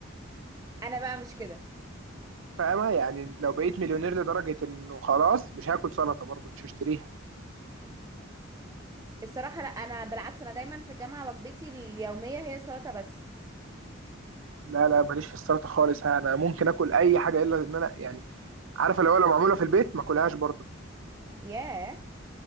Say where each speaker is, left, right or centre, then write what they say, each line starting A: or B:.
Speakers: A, on the right (about 15°); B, on the right (about 75°).
A: انا بقى مش كده
B: فاهمة يعني لو بقيت مليونير لدرجة انه خلاص مش هاكل سلطة برضه مش هشتريها
A: الصراحة لا أنا بالعكس أنا دايما في الجامعة وجبتي اليومية هي سلطة بس
B: لا لا ماليش في السلطة خالص انا ممكن اكل اي حاجة الا ان انا يعني عارفة لو لو معمولة في البيت ما اكلهاش برضه
A: ياه